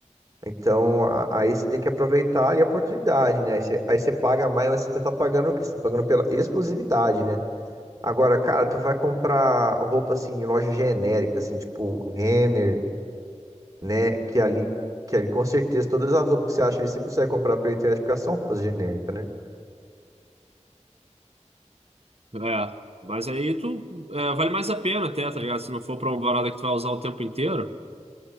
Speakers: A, on the right; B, on the right.
A: Então, a- aí você tem que aproveitar ali a oportunidade, né? Aí você, aí você paga mais, mas você tá pagando o quê? Você tá pagando pela exclusividade, né? Agora, cara, tu vai comprar roupa assim em loja genérica, assim, tipo Renner, né? Que ali, que ali com certeza todas as roupas que você acha ali, você consegue comprar pela internet, porque elas são roupas genéricas, né?
B: é. Mas aí tu, é, vale mais a pena até, tá ligado? Se não for pra uma parada que tu vai usar o tempo inteiro.